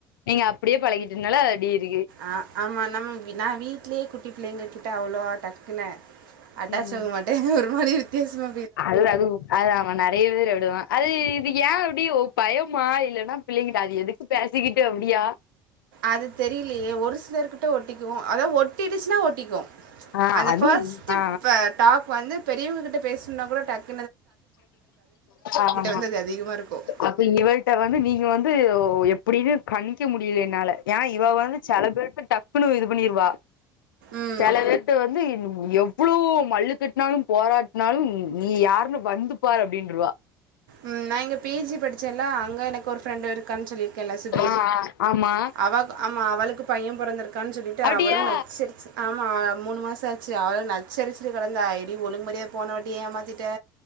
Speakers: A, on the left (about 80°); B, on the right (about 80°).
A: நீங்க அப்டியே பழகிட்டனால அது அப்டியேருக்கு
B: ஆ ஆமா நம்ம நா வீட்லயே குட்டி பிள்ளைங்க கிட்ட அவ்ளவா டக்குனு அட்டாச்
A: ம்
B: ஆக மாட்டே ஒரு மாரி வித்தியசமா
A: அது அதும் அதா நெறைய பேர் அப்டிதா அது இது ஏ அப்டி ஒ பயமா இல்லன்னா பிள்ளைங்கிட்ட அது எதுக் கு பேசிக்கிட்டு அப்டியா
B: அது தெரியலயே ஒரு சிலர்கிட்ட ஒட்டிக்குவோ அதா ஒட்டிடுச்சுன்னா ஒட்டிக்கு
A: ஆ
B: அந்த
A: அதுவும்
B: ஃபஸ்ட்
A: ஆ
B: ப டாக் வந்து பெரியவங்ககிட்ட பேசும்னா கூட டக்
A: ஆமா
B: வந்து அது அதிகமாக இருக்கும்
A: அப்ப இவள்ட்ட வந்து நீங்க வந்து எப்டின்னு கணிக்க முடியல என்னால ஏ இவ வந்து செல பேர்ட்ட டக்குன்னு இது பண்ணிருவா
B: ம்
A: செல பேருட்ட வந்து எவ்ளோ மல்லு கட்னாலு போராட்னாலு நீ யாருன்னு வந்துப்பாரு அப்டின்ட்ருவா
B: ம் நா இங்க பி ஜி படிச்சேலா அங்க எனக் கு ஒரு ஃப்ரண்டு இருக்கான் சொல்லியிருக்கேல சுபி
A: ஆ ஆமா
B: அவ ஆமா அவளுக்கு பையே பொறந்திருக்கான் சொல்லிட்டு
A: அப்டியா
B: அவளு நச்சரிச்சி ஆமா மூணு மாச ஆச்சு அவளு நச்சரிச்சுட்டு கடந்த ஏடி ஒழுங்கு மரியா போன வாட்டி ஏமாத்திட்டே